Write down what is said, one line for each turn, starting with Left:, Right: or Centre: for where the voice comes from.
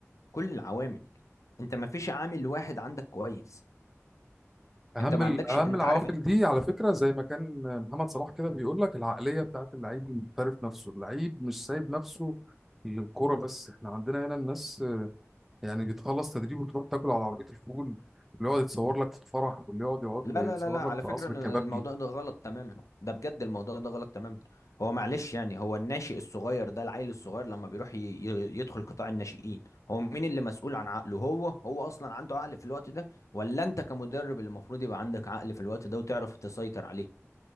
Left: كل العوامل انت ما فيش عامل واحد عندك كويس
Centre: اهم
Left: انت ما
Centre: ال-
Left: عندكش
Centre: اهم
Left: انت
Centre: العوامل
Left: عارف
Centre: دي على فكره زي ما كان محمد صلاح كده بيقول لك العقليه بتاعت اللعيب المحترف نفسه اللعيب مش سايب نفسه للكره بس احنا عندنا هنا الناس يعني بتخلص تدريب وتروح تاكل على عربيه الفول واللي يقعد يتصور لك في الفرح واللي يقعد يقعد
Left: لا
Centre: يتصور
Left: لا لا لا على
Centre: لك في
Left: فكرة
Centre: قصر
Left: ان
Centre: الكبابجي
Left: الموضوع ده غلط تماما ده بجد الموضوع ده غلط تماما هو معلش يعني هو الناشئ الصغير ده العيل الصغير لما بيروح ي... ي- يدخل قطاع الناشئين هو مين اللي مسؤول عن عقله هو هو اصلا عنده عقل في الوقت ده ولا انت كمدرب اللي المفروض يبقى عندك عقل في الوقت ده وتعرف تسيطر عليه